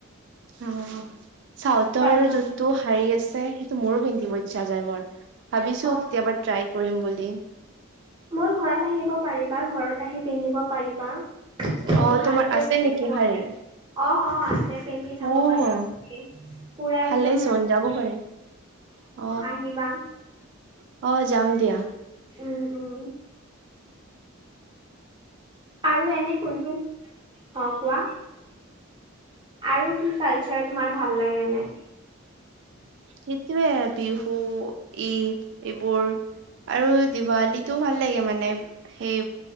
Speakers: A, on the right (about 55°); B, on the right (about 20°).
A: অ চাওতৰ
B: কালচাৰ
A: যদি। টো শাৰী আছে সেইটো মোৰো পিন্ধিব ইচ্ছা যায় বৰ মই ভাবিছো
B: অ
A: কেতিয়াবা ট্ৰাই কৰিম বুলি।
B: মোৰ ঘৰত আহিব পাৰিবা ঘৰত আহি পিন্ধিব পাৰিবা। মোৰ
A: অ',
B: শাৰীটোৱে
A: তোমাৰ আছে
B: পিন্ধি
A: নেকি
B: চাব
A: শাৰী?
B: পাৰে। অ অ আছে পিন্ধি চাব
A: অ',
B: পাৰিবা পুৰা
A: ভালেইচোন
B: একদম মানে।
A: যাব পাৰি। অ
B: আহিবা
A: এই। অঁ যাম দিয়া।
B: উম উম আৰু এনে কোনটো অ কোৱা। আৰু কি কালচাৰ তোমাৰ ভাল লাগে এনে।
A: সেইটোৱে বিহু ঈদ এইবোৰ। আৰু দিৱালীটোও ভাল লাগে মানে সেই